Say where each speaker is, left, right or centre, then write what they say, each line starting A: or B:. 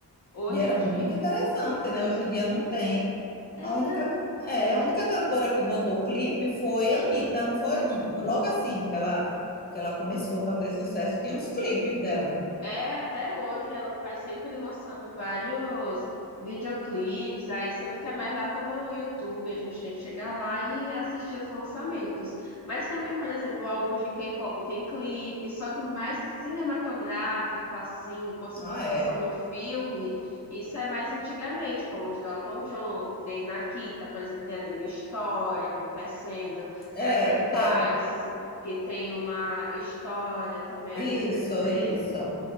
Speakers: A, on the left; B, on the left.
A: Hoje
B: E era
A: em dia,
B: muito interessante, né? Hoje em dia não tem.
A: tem,
B: A única,
A: né?
B: é, a única cantora que botou clipe foi Anitta, não foi? No- no- Logo assim que ela, que ela começou a fazer sucesso. Tinha uns clipes dela.
A: É, até hoje ela faz sempre lançando vários videoclipes, aí sendo que é mais lá pelo YouTube, a gente tem que chegar lá e assistir os lançamentos. Mas também, por exemplo, álbuns de K-pop tem clipe, só que mais cinematográfico, assim, como se
B: Ah,
A: fosse passando
B: é?
A: um filme. Isso é mais antigamente, como os do Elton John, tem Nakita, por exemplo, tem ali uma história acontecendo, Sacrifice,
B: É, é.
A: que tem uma história também
B: Isso,
A: acontecendo.
B: isso.